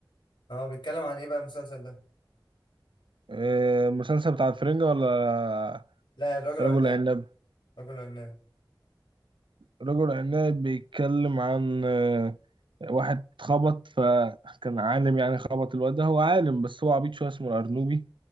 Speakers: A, on the left (about 70°); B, on the right (about 75°).
A: اه بيتكلم عن ايه بقى المسلسل ده
B: آه، المسلسل بتاع الفرنج ولا
A: لا الراجل
B: رجل
A: العناب
B: عناب
A: الراجل العناب
B: رجل عناب بيتكلم عن آه، واحد خبط فكان عالم يعني خبط الواد ده هو عالم بس هو عبيط شويه اسمه الارنوبي